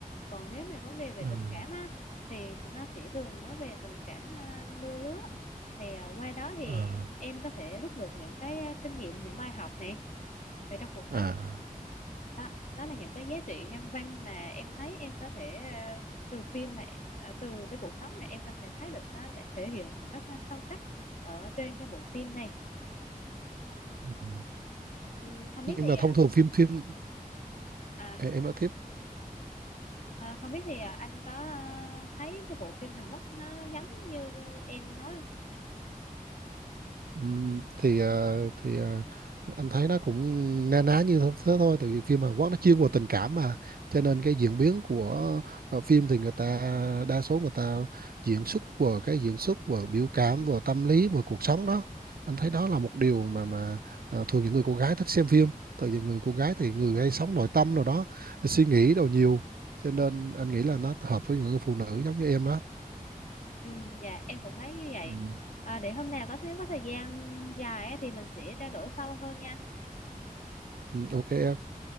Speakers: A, on the left; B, on the right.
A: còn nếu mà vấn đề về
B: Ừ.
A: tình cảm á, thì nó sẽ thường nói về tình cảm à, đôi lứa thì à, qua đó thì
B: Ờ,
A: em có thể rút được những cái ờ, kinh nghiệm những bài học này về trong cuộc
B: à,
A: sống đó đó là những cái giá trị nhân văn mà em thấy em có thể ờ, từ phim mà ờ, từ cái cuộc sống mà em có thể thấy được nó để thể hiện một cách ờ, sâu sắc ở trên cái bộ phim này
B: Ừ.
A: Ừ, không
B: nhưng
A: biết thì
B: mà thông thường phim phim
A: à,
B: Ê, em nói tiếp
A: à, không biết thì à, anh có ờ, thấy cái bộ phim Hàn Quốc nó giống như em nói không?
B: Ừm, thì ờ, thì ờ, anh thấy nó cũng na ná như thế thế thôi tại vì phim Hàn Quốc nó chuyên vào tình cảm mà cho nên cái diễn biến của ờ, phim thì người ta đa số người ta diễn xuất vào cái diễn xuất vào biểu cảm vào tâm lý vào cuộc sống đó anh thấy đó là một điều mà mà ờ, thường những người cô gái thích xem phim tại vì người cô gái thì người hay sống nội tâm rồi đó suy nghĩ đồ nhiều cho nên anh nghĩ là nó hợp với những người phụ nữ giống như em đó
A: Ừ, dạ em cũng thấy như vậy.
B: Ừm,
A: À, để hôm nào có thiếu có thời gian dài á thì mình sẽ trao đổi sâu hơn nha.
B: ừm, ok em